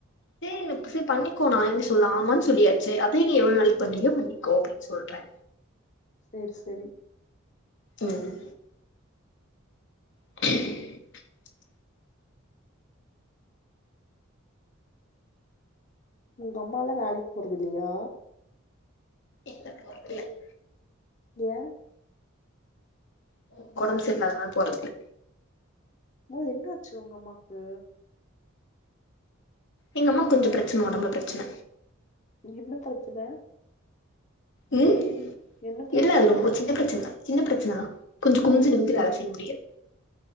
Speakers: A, on the left; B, on the left.
A: சேரி சரி பண்ணிக்கோ நான் எது சொல்ல ஆமான்னு சொல்லியாச்சு அதை நீ எவ்ளவு நாளைக்கு பண்ணிவியோ பண்ணிக்கோ சொல்றே
B: செரி செரி
A: ம் <inaudible>
B: உங்க அம்மா லாம் வேலைக்கு போரது இல்லையா
A: இப்ப போரது இல்
B: ஏன்
A: <unintelligible> உடம்பு சரியல்லதனால போறது இல்ல
B: ஏ என்னாச்சு உங்க அம்மாக்கு
A: எங்க அம்மாக்கு கொஞ்சம் பிரச்சன உடம்புல பிரச்சன
B: என்ன பிரச்சன
A: ம்
B: என்ன பிரச்சன
A: இல்ல அது ரொம்ப சின்ன பிரச்சனதான் சின்ன பிரச்சனதான் கொஞ்சம் குமிஞ்சு
B: சரி
A: நிமிந்து
B: சரி
A: வேல
B: சரி
A: செய்ய முடியாது